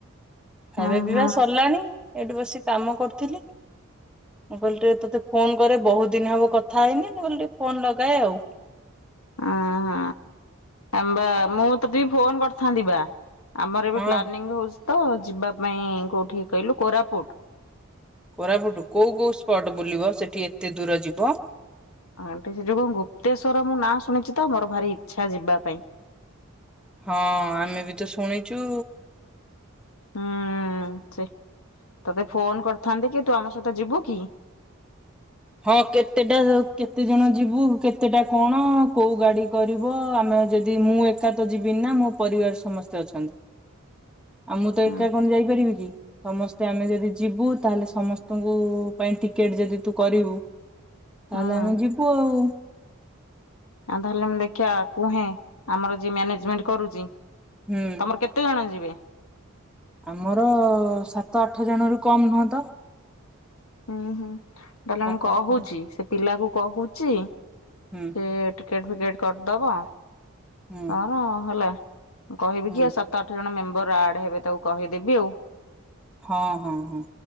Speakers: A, in the centre; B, on the left.
A: ଖାଇବା
B: ଉଁ
A: ପିଇବା
B: ହୁଁ
A: ସରିଲାଣି ଏଇଠି ବସି କାମ କରୁଥିଲି। ମୁଁ କହିଲି ଟିକେ ତତେ ଫୋନ କରେ ବହୁତ ଦିନି ହବ କଥା ହେଇନି ମୁଁ କଲି ଟିକେ ଫୋନ ଲଗାଏ ଆଉ।
B: ଅଁ ହ ଆମ୍ବା ମୁଁ ତତୀ ବି ଫୋନ କରିଥାନ୍ତି ବା। ଆମର ଏବେ
A: ହଁ
B: ପ୍ଲାନିଂ ହୋଉଚି ତ ଯିବା ପାଇଁ କୋଉଠିକି କହିଲୁ କୋରାପୁଟ।
A: କୋରାପୁଟୁ କୋଉ କୋଉ ସ୍ପଟ ବୁଲିବ ସେଠି ଏତେ ଦୂର ଯିବ?
B: ଆଁ ଟିକେ ଯୋଉ କଣ ଗୁପ୍ତେଶ୍ୱର ମୁଁ ନାଁ ଶୁଣିଚି ତ ମୋର ଭାରି ଇଚ୍ଛା ଯିବା ପାଇଁ।
A: ହଁ ଆମେ ବି ତ ଶୁଣିଚୁ।
B: ହୁଁ ସେ ତତେ ଫୋନ କରିଥାନ୍ତି କି ତୁ ଆମ ସହିତ ଯିବୁ କି?
A: ହଁ କେତେଟା ର କେତେ ଜଣ ଯିବୁ କେତେଟା କଣ କୋଉ ଗାଡି କରିବ ଆମେ ଯଦି ମୁଁ ଏକା ତ ଯିବିନି ନା ମୋ ପରିବାର ସମସ୍ତେ ଅଛନ୍ତି। ଆ ମୁଁ ତ ଏକା
B: ହୁଁ
A: କଣ ଯାଇପାରିମୀ କି? ସମସ୍ତେ ଆମେ ଯଦି ଯିବୁ ତାହେଲେ ସମସ୍ତଙ୍କୁ ପାଇଁ ଟିକେଟ ଯଦି ତୁ କରିବୁ ତାହେଲେ
B: ହୁଁ
A: ଆମେ ଯିବୁ ଆଉ।
B: ଆ ତାହେଲେ ମୁଁ ଦେଖିଆ କୁହେଁ ଆମର ଯିଏ ମ୍ୟାନେଜମେଣ୍ଟ କରୁଚି।
A: ହୁଁ।
B: ତମର କେତେ ଜଣ ଯିବେ?
A: ଆମର ସାତ ଆଠ ଜଣ ରୁ କମ ନୁହଁ ତ
B: ଉୁଁ ହୁଁ ତାହେଲେ
A: ସାତ
B: ମୁଁ କହୁଛି
A: ଆଠ ଜଣ
B: ସେ ପିଲା କୁ କହୁଚି
A: ହୁଁ।
B: ଏ ଟିକେଟ ଫିକେଟ କରିଦବା
A: ହୁଁ
B: ହମ ହେଲା ମୁଁ କହିବି
A: ହୁଁ
B: କି ତ ଆଠ ଜଣ ମେମ୍ବର ଆଡ ହେବେ ତାକୁ କହିଦେବି ଆଉ।
A: ହଁ ହଁ ହଁ